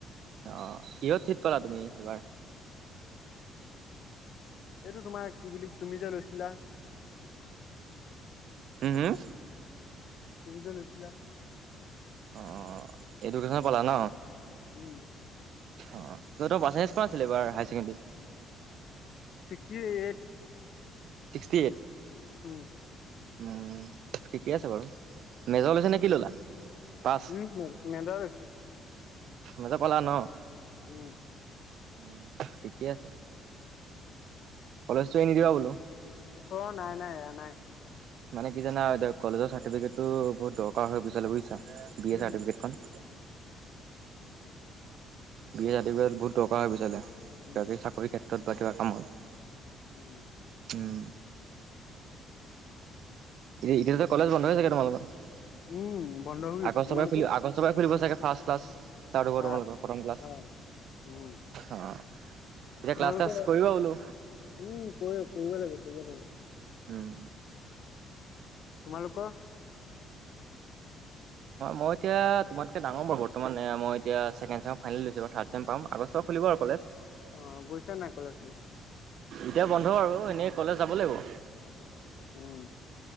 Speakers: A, on the right; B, on the left.
A: অ কিহত চিত পালা তুমি এইবাৰ।
B: এইটো তোমাৰ কি বুলি তুমি যে লৈছিলা।
A: উম হুম।
B: তু যে লৈছিলা।
A: অ এডুকেচনত পালা ন
B: উম।
A: অ তহতৰ বা কোৱা আছিলে এইবাৰ হায় secondary.
B: Sixty eight.
A: Sixty eight.
B: উম।
A: উম ঠিকে আছে বাৰু। মেজৰ লৈছা নে কি ললা পাঁচ।
B: উম মেজৰ লৈছে
A: মেজৰ পালা ন।
B: উম
A: উম ঠিকে আছে। কলেজটো এৰি নিদিবা বোলো।
B: অ নাই নাই এয়া নাই।
A: মানে কি জানা এতিয়া কলেজৰ চাৰ্টিফিকেট টো বহুত দৰকাৰ হয় পিছলে বুজিছা বি
B: উম
A: এ চাৰ্টিফিকেট খন। বি এ চাৰ্টিফিকেট বহুত দৰকাৰ হয় পিছলে কিবাকিবি
B: উম
A: চাকৰিৰ ক্ষেত্ৰত বা কিবা কামত।
B: উম
A: উম। তি এতিয়াটো কলেজ বন্ধই চাগে তোমালোকৰ
B: উম বন্ধ হৈ আছে
A: আগষ্টৰ
B: তোমালোকৰ
A: পৰা খুলিব আগষ্ট এইবাৰ খুলিব চাগে ফাৰ্ষ্টা ক্লাছ ষ্টাৰ্ট হব
B: আহ
A: তোমালোকৰ প্ৰথম ক্লাছ।
B: আহ উম
A: অ এতিয়া
B: তোমালোকৰ
A: ক্লাছ ত্লাচ কৰিবা বোলো।
B: উম কৰিব কৰিব লাগিব কৰিব লাগিব।
A: উম।
B: তোমালোকৰ?
A: মই এতিয়া তোমাতকে ডাঙৰ বাৰু বৰ্তমান মই এতিয়া ছেকেণ্ড ছেমৰ ফাইনেল দিছোঁ থাৰ্ড ছেম পাম আগষ্টত খুলিব আৰু কলেজ।
B: অ গৈছা নাই কলেজ।
A: এতিয়া বন্ধ আৰু এনেই কলেজ যাব লাগিব।
B: উম।